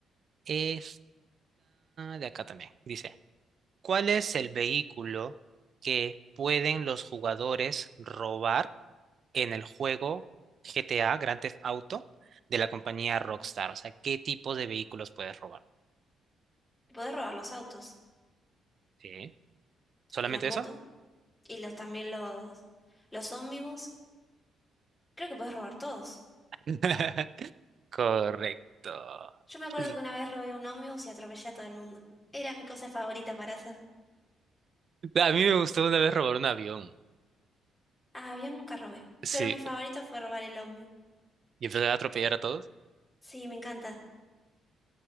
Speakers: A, on the right; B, on the left.
A: esta de acá también dice, ¿cuál es el vehículo que pueden los jugadores robar en el juego GTA Grand Theft Auto de la compañía Rockstar? O sea, ¿qué tipo de vehículos puedes robar?
B: Podés robar los autos
A: ¿Sí? ¿Solamente
B: y las motos
A: eso?
B: y los también los los ómnibus. Creo que podés robar todos.
A: <laughs> Correcto.
B: Yo me acuerdo
A: Sí.
B: que una vez robé un ómnibus y atropellé a todo el mundo. Era mi cosa favorita para hacer.
A: A mí me gustó una vez robar un avión.
B: Ah, avión nunca robé,
A: Sí,
B: pero mi favorito fue robar el ómnibus.
A: y empezar a atropellar a todos.
B: Sí, me encanta.